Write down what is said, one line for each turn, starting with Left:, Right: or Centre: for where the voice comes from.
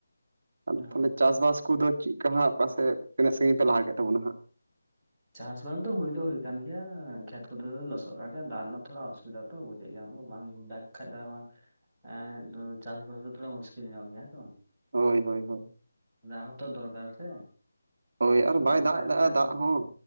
Right: ᱦᱚᱸᱟᱫᱚᱵ
Centre: ᱦᱳᱭ
Right: ᱛᱟᱦᱚᱞᱮ ᱪᱟᱥ ᱵᱟᱥ, ᱠᱩ ᱫᱚ ᱪᱮᱫᱠᱟ ᱦᱟᱸᱜ ᱯᱟᱥᱮ ᱛᱤᱱᱟᱹᱜ ᱥᱟᱹᱜᱤᱧ ᱯᱮ ᱞᱟᱦᱟ ᱠᱮᱫ ᱛᱟᱵᱚᱱᱟ ᱦᱟᱸᱜ?
Centre: ᱪᱟᱥᱵᱟᱥ ᱫᱚ ᱦᱩᱭ ᱫᱚ ᱦᱩᱭ ᱠᱟᱱ ᱜᱮᱭᱟ ᱠᱷᱮᱛ ᱠᱚᱨᱮ ᱞᱚᱥᱚᱫ ᱠᱟᱜ ᱜᱮᱭᱟ ᱫᱟᱜᱪ ᱨᱮᱱᱟᱜ ᱫᱟᱜᱽ ᱥᱟᱝᱚᱥᱚᱛᱹᱜᱹᱷᱚᱲᱟ ᱚᱥᱩᱵᱤᱫᱟ.?. ᱹᱹ ᱛᱚ ᱵᱩᱡᱮᱜ ᱜᱮᱭᱟᱢ ᱵᱟᱝ ᱫᱟᱜᱪ ᱠᱷᱟᱜ ᱫᱚ ᱵᱟᱝ ᱮᱸ ᱫᱚ ᱪᱟᱥᱵᱟᱥ ᱫᱚ ᱛᱷᱚᱲᱟ ᱢᱩᱥᱠᱤᱞ ᱧᱚᱜ ᱜᱮᱭᱟ ᱦᱮᱸ ᱛᱚ,
Right: ᱦᱳᱭ ᱦᱳᱭ ᱦᱳᱭ᱾
Centre: ᱫᱟᱜᱽ ᱦᱚᱸ ᱛᱚ ᱫᱚᱨᱠᱟᱨ ᱥᱮ
Right: ᱦᱳᱭ ᱟᱨ ᱵᱟᱭ
Centre: ᱵᱟᱝ
Right: ᱫᱟᱜᱽ
Centre: ᱫᱟᱜ
Right: ᱮᱫᱟᱼᱟ
Centre: ᱞᱮᱠᱷᱟᱡ ᱫᱚ
Right: ᱫᱟᱜᱽ ᱦᱚᱸ